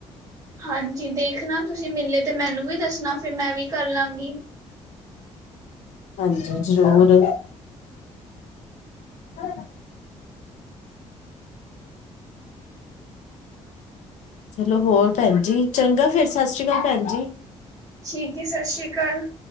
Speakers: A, on the right; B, on the left.
A: ਹਾਂਜੀ ਦੇਖਣਾ ਤੁਸੀਂ ਮਿਲੇ ਤੇ ਮੈਨੂੰ ਵੀ ਦੱਸਣਾ ਫਿਰ ਮੈਂ ਵੀ ਕਰ ਲਾਂਗੀ।
B: ਹਾਂਜੀ ਜ਼ਰੂਰ। ਹਾਂ <unintelligible> ਚਲੋ ਹੋਰ ਭੈਣਜੀ ਚੰਗਾ ਫੇਰ ਸਤਿ ਸ੍ਰੀ ਅਕਾਲ ਭੈਣ ਜੀ।
A: ਠੀਕ ਏ ਸਤਿ ਸ਼੍ਰੀ ਅਕਾਲ।